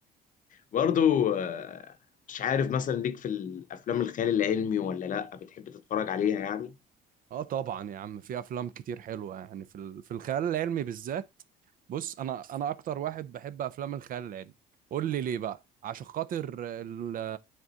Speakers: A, on the left (about 50°); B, on the right (about 55°).
A: برضو آه، مش عارف مثلا ليك في الافلام الخيال العلمي ولا لا بتحب تتفرج عليها يعني
B: اه طبعا يا عم في افلام كتير حلوة يعني في ال- في الخيال العلمي بالذات بص انا انا اكتر واحد بحب افلام الخيال العلمي قول لي ليه بقى عشان خاطر ال-